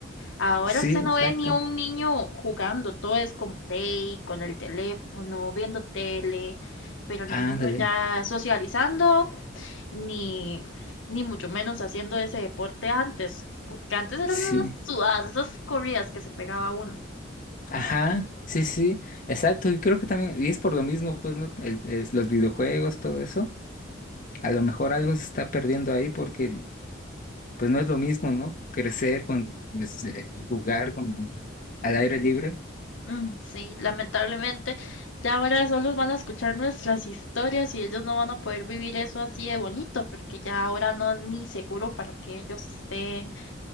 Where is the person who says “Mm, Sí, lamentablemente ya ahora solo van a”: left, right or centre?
Left